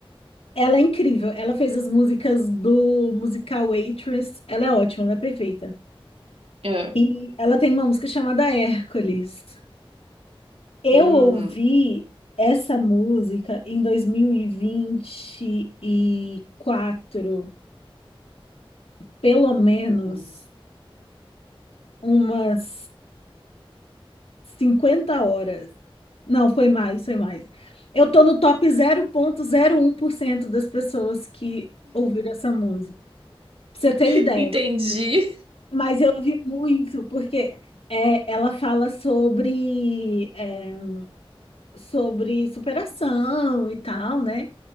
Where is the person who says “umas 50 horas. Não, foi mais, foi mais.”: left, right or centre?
Left